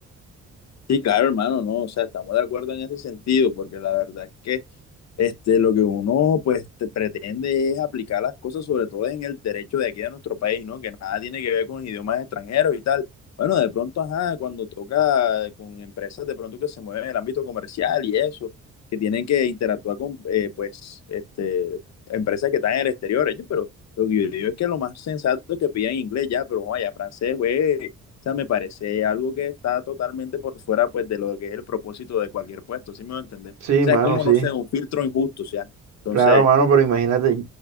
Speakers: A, on the left; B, on the right.
A: Sí, claro, hermano, no, o sea, estamos de acuerdo en ese sentido, porque la verdad es que Este, lo que uno pues te- pretende es aplicar las cosas, sobre todo en el derecho de aquí de nuestro país, ¿no? Que nada tiene que ver con idiomas extranjeros y tal. Bueno, de pronto, ajá, cuando toca con empresas de pronto que se mueven en el ámbito comercial y eso, que tienen que interactuar con, eh, pues, este, empresas que están en el exterior, ellos, pero lo que yo digo es que lo más sensato es que pidan inglés ya, pero vaya, francés, güey, o sea, me parece algo que está totalmente por fuera, pues, de lo que es el propósito de cualquier puesto, ¿sí me voy a entender? O
B: sí,
A: sea,
B: mano,
A: es como,
B: sí.
A: no sé, un filtro injusto, o sea. Entonces,
B: Claro, mano, pero imagínate,